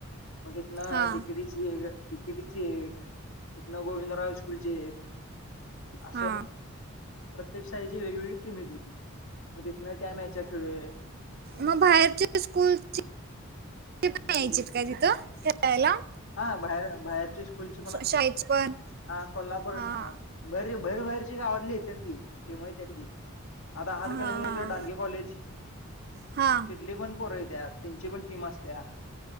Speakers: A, on the left; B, on the right.
A: मंग तिथनं
B: हा
A: टिकिटीची एक डिकेटीची एक तिथनं गोविंदरांव स्कूंलची एक. असं.
B: हा
A: प्रत्येक शाळेची वेगवेगळी टीमं येतं होती मंग तिथंन त्यां मॅच खेळूं.
B: मंग बाहेरच्यां स्कूंलची. ति पणं यांयचीतं कां तिथं खेळायलां
A: हां बाहेर बाहेरची स्कूंलची पणं असतांत
B: शाळेची पण
A: हां कोल्हांपूर
B: हा
A: हं भर भरभरचे गांवात ले येतां की ते माहितांत की आतां आहातं
B: हा
A: कलंगलेचं डांगे कॉलेजं
B: हा
A: तिथंली पणं पोरं येतांत त्यांची पणं टीमं अंसत्यां